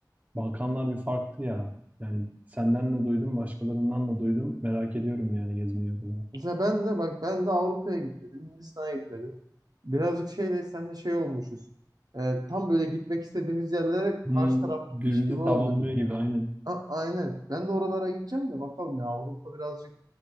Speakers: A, on the right; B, on the right.
A: Balkanlar bir farklı ya. Yani senden de duydum, başkalarından da duydum. Merak ediyorum yani gezmeyi orada.
B: mesela ben de bak ben de Avrupa'ya gitmedim, Hindistan'a gitmedim. Birazcık şeyle senle şey olmuşuz. Ee, tam böyle gitmek istediğimiz yerlere
A: Hmm,
B: karşı taraf
A: birbirimizi
B: gitmiş gibi oldu.
A: tamamlıyor gibi aynen.
B: A- aynen. Ben de oralara gideceğim de bakalım ya Avrupa birazcık